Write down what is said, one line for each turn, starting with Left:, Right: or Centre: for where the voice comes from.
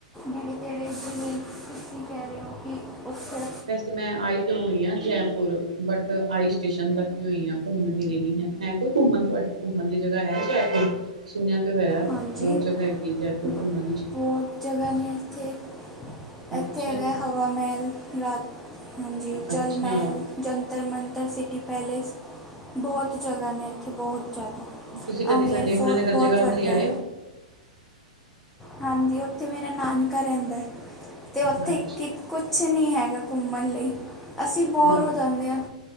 Centre: ਨੇੜੇ- ਤੇੜੇ ਜਿਵੇਂ ਤੁਸੀ ਕਹਿ ਰਹੇ ਹੋ ਕਿ ਉਥੇ
Right: ਵੈਸੇ ਮੈਂ ਆਈ ਤੋਂ ਹੋਈ ਆਂ ਜੈਪੁਰ, ਬਟ ਆਈ ਸਟੇਸ਼ਨ ਤੱਕ ਹੀ ਹੋਈ ਹਾਂ, ਘੁੰਮੀ ਫਿਰੀ ਨੀ ਮੈਂ। ਹੈ ਕੋਈ ਘੁੰਮਣ ਵਾਲੀ, ਘੁੰਮਣ ਦੀ ਜਗ੍ਹਾ ਹੈ ਜੈਪੁਰ। ਸੁਣਿਆ ਤੇ ਹੋਇਆ।
Centre: ਹਾਂਜੀ
Right: ਬਹੁਤ ਜਗ੍ਹਾ ਹੈਗੀ, ਜੈਪੁਰ
Centre: ਬ-
Right: ਘੁੰਮਣ ਵਿੱਚ
Centre: ਬਹੁਤ ਜਗ੍ਹਾ ਨੇ ਇੱਥੇ।
Right: ਅੱਛਾ
Centre: ਇੱਥੇ ਹੈਗਾ
Right: ਜੀ
Centre: ਹਵਾ ਮਹਿਲ, ਰਾਤ ਹਾਂਜੀ। ਜਲ-
Right: ਅੱਛਾ
Centre: ਮਹਿਲ, ਜੰਤਰ -ਮੰੰਤਰ, ਸਿਟੀ ਪੈਲੇਸ। ਬਹੁਤ ਜਗ੍ਹਾ ਨੇ ਇੱਥੇ, ਬਹੁਤ ਜ਼ਿਆਦਾ।
Right: ਤੁਸੀਂ ਕਦੀ
Centre: ਅਮੇਰ
Right: ਸਾਡੇ ਯਮੁਨਾਨਗਰ
Centre: ਫੋਰਟ ਬੋਤ
Right: ਜਗਾਧਰੀ
Centre: ਵੱਡਾ।
Right: ਹੀ ਆਏ
Centre: ਹਾਂਜੀ, ਉੱਥੇ ਮੇਰਾ ਨਾਨਕਾ ਰਹਿੰਦਾ ਤੇ
Right: ਹੋ
Centre: ਉੱਥੇ
Right: ਅੱਛਾ
Centre: ਇੱਕ ਕੁਛ ਨੀ ਹੈਗਾ ਘੁੰਮਣ ਲਈ। ਅਸੀਂ ਬੋਰ
Right: ਹਾਂ
Centre: ਹੋ ਜਾਂਦੇ ਆਂ,